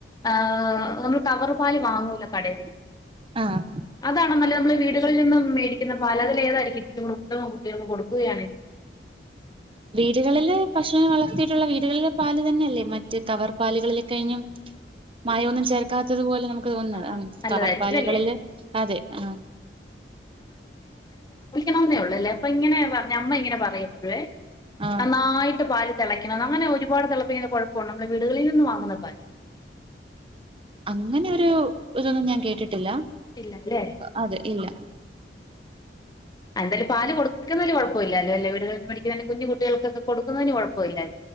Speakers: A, on the left (about 20°); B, on the right (about 30°).
A: ആഹ് നമ്മള് കവറ് പാൽ വാങ്ങുല്ലോ കടേന്ന്
B: ആ
A: അതാണ് നമ്മള് വീടുകളി നിന്ന് മേടിക്ക്ന്ന ന്ന പാല അതില് ഏതാരിക്കും ഇച്ചിരൂടെ ഉത്തമം കുട്ടികൾക്ക് കൊടുക്കുകയാണെങ്കി
B: വീടുകളില് പശൂനെ വളർത്തിയിട്ടുള്ള വീടുകളിലെ പാല് തന്നെയല്ലേ മറ്റ് കവർ പാലുകളിൽ കഴിഞ്ഞും മായൊന്നും ചേർക്കാത്തതുപോലെ നമുക്ക് തോന്നുന്നത്
A: ആഹ്
B: അം
A: നല്ലതായിരിക്കും
B: കവർപ്പാലുകളില്
A: അല്ലേ
B: അതെ ആഹ്
A: ണംന്നേ ഒള്ളേല്ലേ അപ്പൊ ഇങ്ങനെ പറഞ്ഞു അമ്മ ഇങ്ങനെ പറയും പ്പഴുവേ
B: ആഹ്
A: നന്നായിട്ട് പാലു തിളക്കണം അങ്ങനെ ഒരുപാട് തിളപ്പി- കുഴപ്പണ നമ്മള വീടുകളിൽ നിന്നും വാങ്ങുന്നപാല്
B: അങ്ങനെ ഒരു ഇതൊന്നും ഞാൻ കേട്ടിട്ട്- ട്ടില്ല
A: ഇല്ല അല്ലേ
B: അതെ ഇല്ല
A: ആഹ് എന്തായാലും പാല് കൊടുന്നൊരു കൊഴപ്പില്ലോ അല്ലെ വീടുകളിൽന്ന് മേടിക്കുന്ന കുഞ്ഞ് കുട്ടികൾക്കൊക്കെ കൊടുന്നേന് കുഴപ്പ ഇല്ല